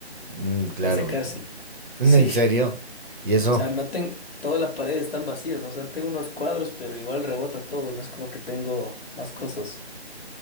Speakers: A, on the right; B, on the left.
A: Mm, claro,
B: parece cárcel.
A: en
B: Sí.
A: serio. Y eso,
B: sea, no tengo, todas las paredes están vacías, ¿no? O sea, tengo unos cuadros, pero igual rebota todo, no es como que tengo más cosas.